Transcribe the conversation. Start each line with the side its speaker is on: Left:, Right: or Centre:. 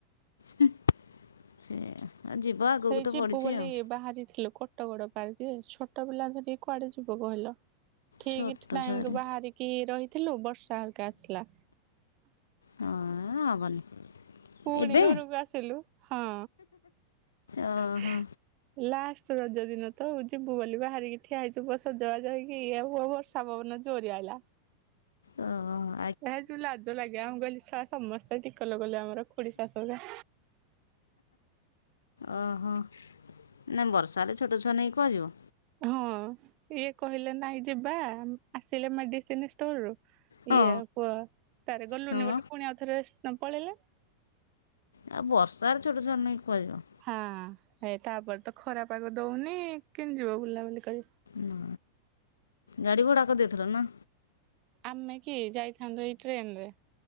Left: <inaudible> ଯିବ ଆଗକୁ
Right: ସେଇ
Left: ତ
Right: ଯିବୁ
Left: ପଡ଼ିଛି
Right: ବୋଲି
Left: ଆଉ
Right: ବାହାରିଥିଲୁ କୋଟଗଡ ପାର୍କ ଯେ, ଛୋଟ ପିଲା ଧରିକି କୁଆଡେ ଯିବୁ କହିଲ? ଠିକ
Left: ଛୋଟ
Right: ଟାଇମ
Left: ଛୁଆରେ
Right: ବାହାରିକି ରହିଥିଲୁ ବର୍ଷା ହଲକା ଆସିଲା।
Left: ହଁ ହବନି।
Right: ପୁଣି
Left: ଏବେ
Right: ଘରୁ ବା ଆସଲୁ ହଁ।
Left: ଓହୋ
Right: <unintelligible> ଲାଷ୍ଟ ରଜ ଦିନ ତଉ ଯିବୁ ବୋଲି ବାହାରିକି ଠିଆ ହେଇଯିବୁ ସଜବାଜେଇକି ଇଆ ବର୍ଷା ପବନ ଯୋରିଆଇଲା।
Left: ଓ ହ।
Right: ଏହା ଯୋଉ ଲାଜ ଲାଗେ ଆମ ଗହଲି ଛୁଆ ସମସ୍ତେ ଟିକ ଲଗଲେ ଆମର ଖୋଡି ଶାଷୁରା
Left: ଓହୋ ନାାଇ ବର୍ଷାରେ ଛୋଟ ଛୁଆ ନେଇ କୁହାଯିବ?
Right: ହଁ ଇଏ କହିଲେ ନାଇଁ ଯିବା, ଆସିଲେ ମେଡିସିନ ଷ୍ଟୋର ରୁ
Left: ହଁ
Right: ଇଏ ପୁଅ ତରେ ଗଲୁନି
Left: ହଁ ମ
Right: ବୋଇ ପୁଣି ଆଉ ଥରେ ପଳେଇଲେ
Left: ଆଉ ବର୍ଷାରେ ଛୋଟ ଛୋଟ ନେଇକି କୁଆଜିବ।
Right: ହଁ ଏ ତାପରେ ତ ଖରା ପାଗ ଦଉନି କିଣି ଯିବ ବୁଲାବୁଲି <unintelligible>
Left: ନା ଗାଡ଼ି ଭଡ଼ାକ ଦେଇଥିଲ ନା?
Right: ଆମେ କି ଯାଇଥାନ୍ତୁ ଏଇ ଟ୍ରେନ ରେ।